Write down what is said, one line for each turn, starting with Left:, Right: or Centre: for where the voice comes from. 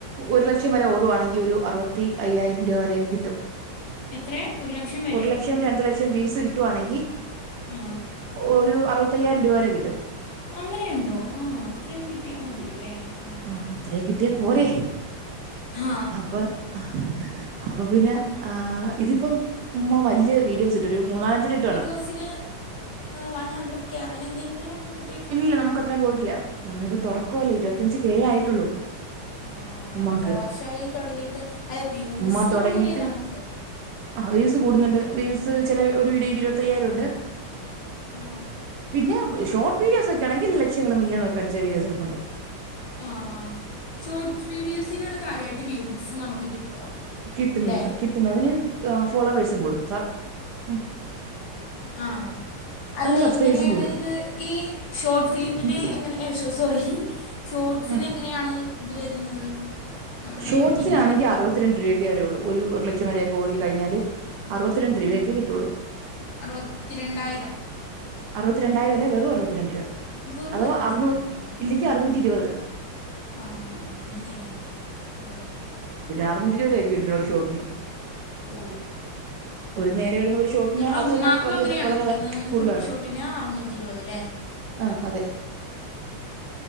Right: ഒരു ലക്ഷം വരെ ഓ ടുവാണെങ്കിൽ ഒരു അറുപത്തി അയ്യായിരം രൂപ വരൊക്കെ കിട്ടും.
Left: എത്ര ഒരു ലക്ഷം വരെ
Right: ഒരു ലക്ഷം രണ്ട് ലക്ഷ ക്ഷം വ്യൂസ് കിട്ടുവാണെങ്കിൽ
Left: ആ
Right: ഒരു അറുപത്തയ്യായിരം രൂപ വരെ കിട്ടും.
Left: അങ്ങനെയുണ്ടോ ആ അത്രയൊക്കെ കിട്ടിയാൽ മതിയല്ലേ ആഹ്.
Right: ആ അത്രേ കിട്ടിയാപ്പോരെ
Left: ആ
Right: അപ്പൊ ആഹ് അപ്പപ്പിന്നെ ആ ഇതിപ്പം ഉമ്മ വല്ല്യ വീഡിയോസിട്ട് ഒരു മൂന്നാലഞ്ചണ്ണം ഇട്ട് കാണും
Left: കൊസിന് വൺ ഹൺഡ്രഡ് കേ അങ്ങനെന്തെങ്കിലും കി
Right: ഇല്ല നമുക്ക് അത്ര പോയിട്ടില്ല നമ്മളിപ്പോ തുടക്കല്ലേ ഇരുപത്തഞ്ചച് കെ ആയിട്ടുള്ളൂ
Left: ആ
Right: ഉമ്മാക്ക്
Left: എത്ര വർഷയി തുടങ്ങിട്ട് അല്ലെ വ്യൂസ്
Right: ഉമ്മ തുടങ്ങിയിട്ട്
Left: കൂടൂല്ലേ നമുക്ക്
Right: ആ വ്യൂസ് കൂടുന്നുണ്ട് വ്യൂസ് ചില ഒരു വീഡിക്ക് ക്ക് ഇരുപത്തയ്യായിരം ഉണ്ട്
Left: ആ
Right: പിന്നെ ഷോർട്ട് വിടിയോസ് ഒക്കെ ആണെങ്കിൽ ലക്ഷങ്ങളൾ മില്ലണക്കെ അടിച്ച വീടിസ്പ്പുണ്ട്
Left: ആ ഷോർട്സ് വീഡിയോസിനാണ് കാര്യമായിട്ട് വ്യൂസ് നമുക്ക് കിട്ട
Right: കിട്ടുന്നത്
Left: അല്ലെ
Right: കിട്ടുന്നതിന് ഫോളോവേഴ്സും കൂടും സ മ്മ്
Left: ആ അല്ല
Right: സബ്സ്ക്രൈബേഴ്സും
Left: എങ്ങനെയാണ്
Right: കൂടും
Left: ഇത് ഈ ഷോർട്ട് ഫിലിമിനെ
Right: ഉം
Left: എങ്ങനെ സോറി ഷോർട്സിനെ
Right: ആ
Left: എങ്ങനെയാണ് ഇത് വരുന്നത് നമ്മുടെ
Right: ഷോട്ട്സിനാണെങ്കി
Left: ഇൻകം
Right: അറുപത്തി പത്തിരണ്ട് രപൊക്ക വേയുള്ളൂ ഒരു ലക്ഷം വരെ ഒക്കെ ഓടി കഴിഞ്ഞാ അറുപത്തി രണ്ട് രൂപയക്കെ കിട്ടുകയുള്ളൂ
Left: അറുപത്തിരണ്ടായിരം
Right: അറുപത്തിരണ്ടായിരം അല്ല വെറും അറുപത്തിരണ്ട് രൂപ
Left: വെറും
Right: അതോ
Left: അറുപത്തിരണ്ടോ
Right: അറൂ
Left: ആ
Right: ഇല്ലെങ്കിൽ അറുന്നൂറ്റി ഇരുപത്
Left: ആ അങ്ങനെ ഓ
Right: അറിനൂറ്റി ഇരുപത് രോപയൊക്കെ ഷോർട്ടിന്
Left: ഓ
Right: ഒരു നേരെം വരുന്ന ഒരു ഷോട്ടിന്
Left: നിങ്ങൾ
Right: അത്
Left: ഉമ്മാക്കും
Right: തന്നെ വലിയ
Left: അങ്ങനെയാണോ
Right: വളരെ
Left: കിട്ടുന്ന ഒരു
Right: കൂടുതലാണ്
Left: ഷോട്ടിന് അറുുന്നൂറ്റി ഇരുപത് ല്ലേ
Right: ആ അതെ